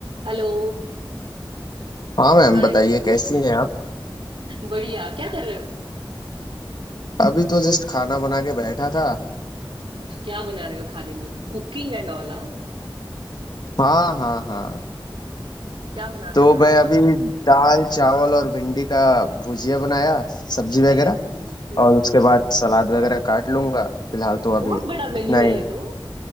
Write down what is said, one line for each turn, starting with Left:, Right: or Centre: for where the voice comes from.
Right: हेलो
Left: हाँ मैम
Right: हाय
Left: बताइए कैसी हैं आप
Right: बढ़िया क्या कर रहे हो
Left: अभी तो जस्ट खाना बना के बैठा था
Right: अच्छा क्या बना रहे हो खाने में कुकिंग एंड ऑल हाँ
Left: हाँ हाँ हाँ
Right: क्या बना रहे
Left: तो
Right: हो खाने
Left: मैं
Right: में
Left: अभी दाल चावल और भिंडी का भुजिया बनाया सब्जी वगैरह
Right: अरे बाप रे
Left: और उसके बाद सलाद वगैरह काट लूंगा फिलहाल
Right: बहुत
Left: तो अभी
Right: बड़ा मेन्यू
Left: इतना
Right: है
Left: ही
Right: ये तो